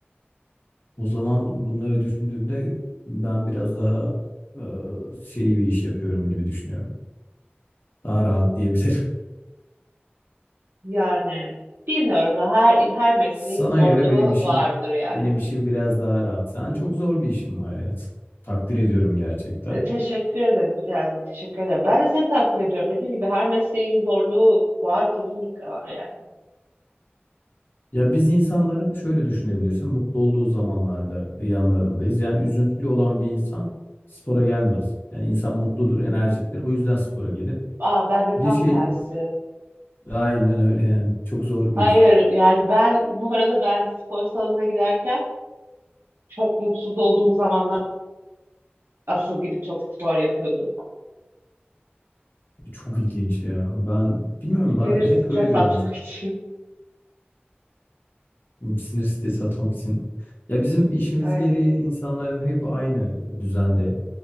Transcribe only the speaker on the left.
O zaman bunları düşündüğümde ben biraz daha e, şey bir iş yapıyorum gibi düşünüyorum. Daha rahat diyebilirim.
Sana
göre benim işim
benim işim biraz daha rahat. Sen çok zor bir işin var ya. Takdir ediyorum gerçekten.
Ya biz insanların şöyle düşünebilirsin. Mutlu olduğu zamanlarda yanlarındayız. Yani üzüntülü olan bir insan spora gelmez. Yani insan mutludur, enerjiktir. Bu yüzden spora gelir.
Bir
de şey
aynen öyle yani. Çok zor bir
iş.
Çok ilginç ya. Ben bilmiyorum ben
hep
öyle görmüştüm.
Sinir sitesi atmak için. Ya bizim işimiz
gereği insanların hep aynı düzende